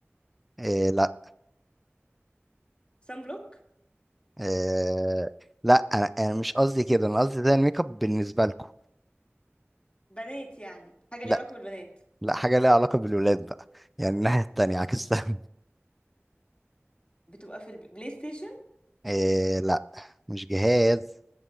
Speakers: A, in the centre; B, on the left.
A: آه لا
B: سان بلوك
A: آه لا انا انا مش قصدي كده انا قصدي زي الميك اب بالنسبة لكم
B: بنات يعني حاجه
A: لا
B: ليها علاقه بالبنات
A: لا حاجة ليها علاقة بالولاد بقى يعني الناحية التانية عكستها
B: بتبقى في البلاي ستيشن
A: <laughs> إيه لا مش جهاز